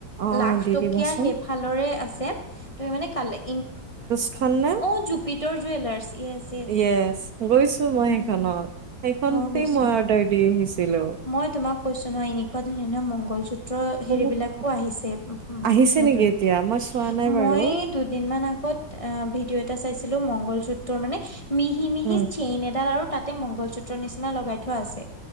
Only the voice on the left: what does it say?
লাখ
টকীয়া
সেইফালৰে আছে। তুমি মানে কালে-
অ Jupiter jewellers yes yes
উম
ময়ো গৈছো
মই তোমাক কৈছো ন এনেকুৱা ধুনীয়া ধুনীয়া মংগল চুত্ৰ। হেৰি
বিলাকো আহিছে উ
নতুনকে
মই দুদিন মান আগত অ ভিডিঅ' এটা চাইছিলো মংগল চুত্ৰৰ মানে মিহি মিহি
চেইন এডাল আৰু তাতে মংগল চূত্ৰ নিচিনা লগাই থোৱা আছে